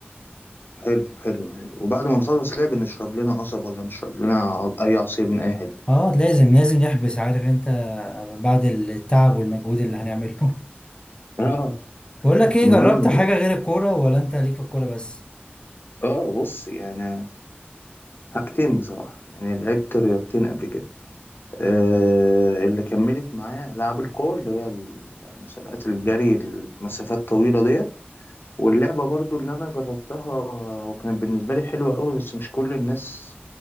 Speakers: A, on the left; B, on the left.
A: حلو حلو حلو وبعد ما نخلص لعب نشرب لنا قصب ولا نشرب لنا ع- أي عصير من أي حتة
B: اه لازم لازم نحبس عارف انت بعد التعب والمجهود اللي هنعمله <laughs>
A: اه
B: بقول لك ايه
A: المهم
B: جربت حاجه غير الكوره ولا انت ليك في الكوره بس
A: اه بص يعني حاجتين بصراحة يعني لعبت رياضتين قبل كده آه اللي كملت معايا ألعاب القوة اللي هي مسابقات الجري المسافات طويلة ديت واللعبة برضو اللي أنا جربتها وكانت بالنسبة لي حلوة قوي بس مش كل الناس